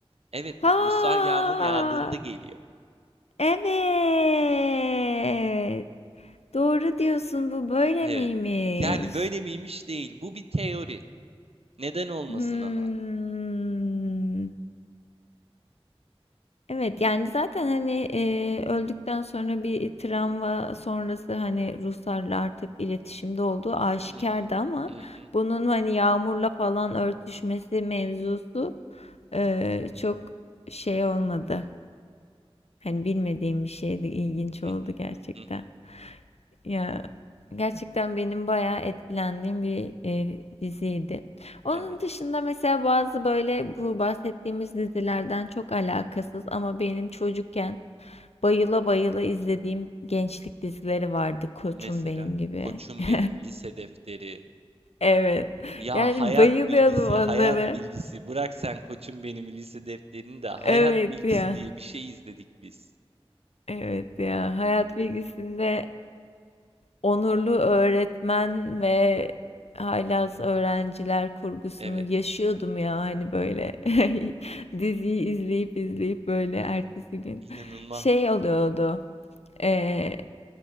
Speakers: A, on the right (about 70°); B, on the left (about 85°).
A: Evet,
B: Ha!
A: Ruslar yağmur yağdığında geliyor.
B: Evet, doğru diyorsun. Bu böyle
A: Evet.
B: miymiş?
A: Yani böyle miymiş değil. Bu bir teori. Neden olmasın
B: Hımm.
A: ama?
B: Evet yani zaten hani eee, öldükten sonra bir travma sonrası hani Ruslarla artık iletişimde olduğu aşikardı
A: Hı hı,
B: ama
A: hı hı,
B: bunun hani Yağmur'la falan örtüşmesi mevzusu eee, çok şey olmadı. Hani bilmediğim bir şeydi, ilginç
A: hı
B: oldu
A: hı,
B: gerçekten.
A: hı hı.
B: Ya gerçekten benim bayağı etkilendiğim bir e, diziydi. Onun
A: Evet.
B: dışında mesela bazı böyle bu bahsettiğimiz dizilerden çok alakasız ama benim çocukken bayıla bayıla izlediğim gençlik dizileri vardı. Koçum
A: Mesela
B: benim gibi.
A: Koçum
B: <laughs>
A: Benim Lise Defteri
B: Evet.
A: Ya
B: Yani
A: hayat
B: bayılıyordum
A: bilgisi,
B: onlara.
A: hayat bilgisi. Bırak sen koçum benim lise defterini de hayat
B: Evet
A: bilgisi
B: ya.
A: diye bir şey izledik biz.
B: Evet ya. Hayat bilgisinde onurlu öğretmen ve haylaz öğrenciler kurgusunu
A: Evet,
B: yaşıyordum ya hani böyle <laughs> diziyi izleyip izleyip böyle ertesi gün
A: inanılmaz.
B: şey oluyordu. eee,